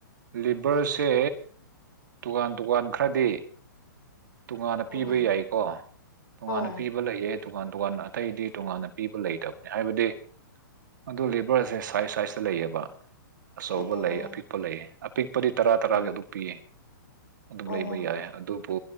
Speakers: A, on the right; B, on the left.
A: ꯂꯤꯚꯔꯁꯦ ꯇꯣꯉꯥꯟ ꯇꯣꯉꯥꯟ ꯈ꯭ꯔꯗꯤ ꯇꯣꯉꯥꯟꯅ
B: ꯎꯝ
A: ꯄꯤꯕ ꯌꯥꯏꯀꯣ ꯇꯣꯉꯥꯟꯅ
B: ꯍꯣꯏ
A: ꯄꯤꯕ ꯂꯩꯌꯦ ꯇꯣꯉꯥꯟ ꯇꯣꯉꯥꯟ ꯑꯇꯩꯗꯤ ꯇꯣꯉꯥꯟꯅ ꯄꯤꯕ ꯂꯩꯇꯕꯅꯦ ꯍꯥꯏꯕꯗꯤ ꯑꯗꯨ ꯂꯤꯕꯔꯁꯦ ꯁꯥꯏꯖ ꯁꯥꯏꯖꯇ ꯂꯩꯌꯦꯕ ꯑꯆꯧꯕ
B: ꯑꯣ
A: ꯂꯩ ꯑꯄꯤꯛꯄ ꯂꯩꯌꯦ ꯑꯄꯤꯛꯄꯗꯤ ꯇꯔꯥ ꯇꯔꯥꯒꯤ
B: ꯑꯣ
A: ꯑꯗꯨꯛ ꯄꯤꯌꯦ ꯑꯗꯨꯝ
B: ꯑꯣ
A: ꯂꯩꯕ ꯌꯥꯏ ꯑꯗꯨꯕꯨ